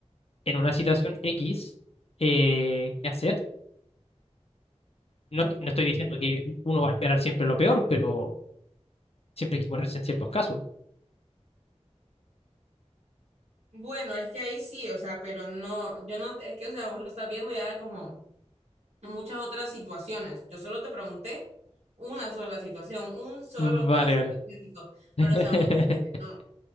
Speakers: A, on the left; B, on the right.
A: en una situación X eh, qué hacer. No, no estoy diciendo que uno va a esperar siempre lo peor, pero siempre hay que ponerse en ciertos casos.
B: Bueno, es que ahí sí, o sea, pero no, yo no, es que, o sea, vos lo estás viendo ya como en muchas otras situaciones. Yo solo te pregunté una sola situación, un solo
A: Vale,
B: caso
A: vale.
B: hipotético,
A: <laughs>
B: pero, o sea, vos dijiste que no.